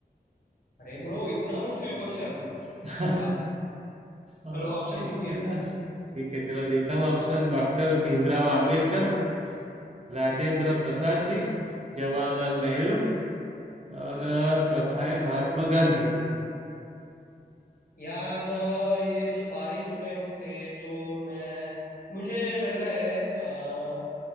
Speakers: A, on the left; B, on the right.
A: अरे ब्रो इतना मुश्किल क्वेश्चन
B: <laughs>
A: वाह
B: ओके
A: चलो ऑप्शन दीजिए
B: चलो ठीक है चलो देता हूँ ऑप्शन डॉक्टर भीमराव आम्बेडकर राजेंद्र
A: हम्म
B: प्रसाद जी जवाहरलाल नेहरू और अ,
A: मैं तो
B: चौथा है Mahatma Gandhi
A: यार अ, ये तो सारे ही उस टाइम थे तो मैं मुझे लग रहा है अ,